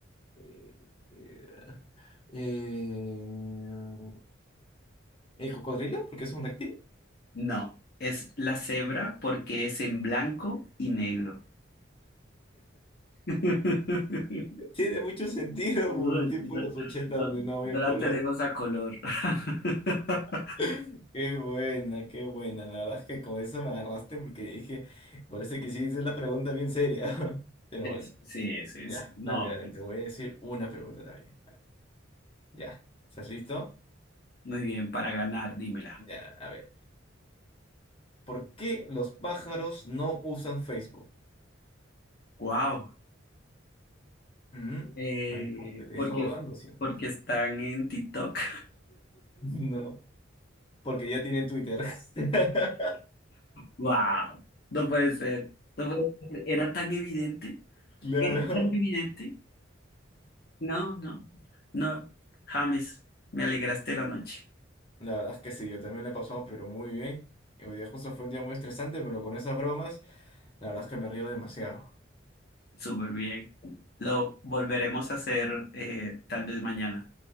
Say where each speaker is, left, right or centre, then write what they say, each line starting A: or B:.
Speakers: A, on the left; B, on the left.
A: Eh, eh, eh, ¿el cocodrilo? Porque es un reptil.
B: no, es la cebra
A: <laughs>
B: porque es en blanco y negro. <laughs>
A: Tiene mucho sentido por
B: No,
A: el tiempo
B: no,
A: de los ochenta
B: no,
A: donde no había
B: no la
A: color.
B: tenemos a color. <laughs>
A: <laughs> Qué buena, qué buena. La verdad es que con esa me agarraste porque dije, parece que sí, esa es la pregunta bien seria. <laughs> Pero
B: Es-
A: bueno,
B: sí, sí,
A: ya,
B: sí. No,
A: dale, dale,
B: pues,
A: te voy a decir una pregunta también. Ya, ¿estás listo?
B: muy bien, para ganar, dímela.
A: Ya, a ver. ¿Por qué los pájaros no usan Facebook?
B: Wow.
A: ¿Mm?
B: Eh,
A: Me deja me deja
B: porque,
A: dudando, ¿sí?
B: porque
A: <laughs>
B: están en TikTok.
A: No, porque ya tienen Twitter. <laughs>
B: Wow, no puede ser, no puede ser. Era tan evidente,
A: Claro.
B: era tan evidente. No, no, no. James, me alegraste la noche.
A: La verdad es que sí, yo también le he pasado, pero muy bien. Y Hoy día justo fue un día muy estresante, pero con esas bromas, la verdad es que me río demasiado.
B: Súper bien. Lo volveremos a hacer eh, tal vez mañana.